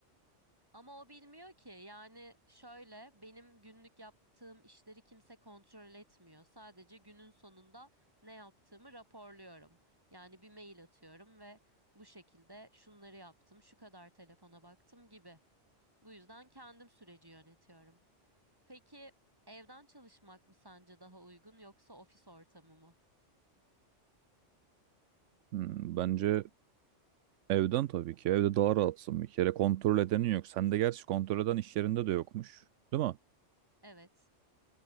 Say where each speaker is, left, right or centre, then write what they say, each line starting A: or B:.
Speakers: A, on the right; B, on the right.
A: Ama o bilmiyor ki. Yani şöyle benim günlük yaptığım işleri kimse kontrol etmiyor. Sadece günün sonunda ne yaptığımı raporluyorum. Yani bir mail atıyorum ve bu şekilde şunları yaptım, şu kadar telefona baktım gibi. Bu yüzden kendim süreci yönetiyorum. Peki evden çalışmak mı sence daha uygun yoksa ofis ortamı mı?
B: Hmm, bence evden tabii ki. Evde daha rahatsın bir kere. Kontrol edenin yok. Sende gerçi kontrol eden iş yerinde de yokmuş. Değil mi?
A: Evet.